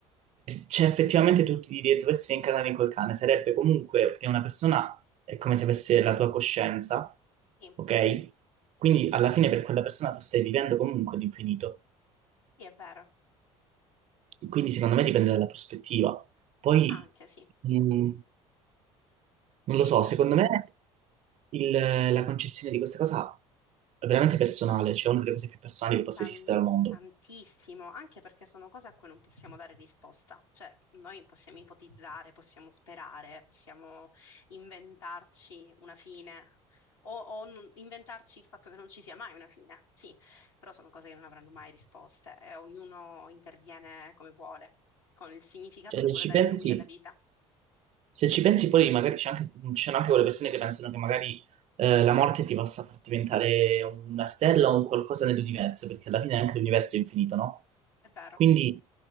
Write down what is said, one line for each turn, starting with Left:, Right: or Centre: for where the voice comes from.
Right: cioè, effettivamente tu ti dire, dovessi incarnare in quel cane, sarebbe comunque perché una persona è come se avesse la tua coscienza,
Left: sì.
Right: ok? Quindi alla fine per quella persona tu stai vivendo comunque l'infinito.
Left: Sì, è vero,
Right: Quindi secondo me dipende dalla prospettiva. Poi,
Left: anche sì,
Right: mh, non
Left: sì,
Right: lo so,
Left: dipende
Right: secondo me il- la concezione di questa cosa è veramente personale, cioè una delle cose più personali che possa
Left: tan-
Right: esistere al mondo.
Left: tantissimo, anche perché sono cose a cui non possiamo dare risposta, cioè noi possiamo ipotizzare, possiamo sperare, possiamo inventarci una fine o, o non- inventarci il fatto che non ci sia mai una fine, sì, però sono cose che non avranno mai risposte e ognuno interviene come vuole, con il significato
Right: Cioè,
Left: che
Right: se
Left: vuole
Right: ci
Left: dare
Right: pensi...
Left: lui alla vita.
Right: Se ci pensi poi magari c'è anche- ci sono anche quelle persone che pensano che magari eh, la morte ti possa far diventare una stella o un qualcosa nell'universo, perché alla fine anche l'universo è infinito, no?
Left: È vero,
Right: Quindi,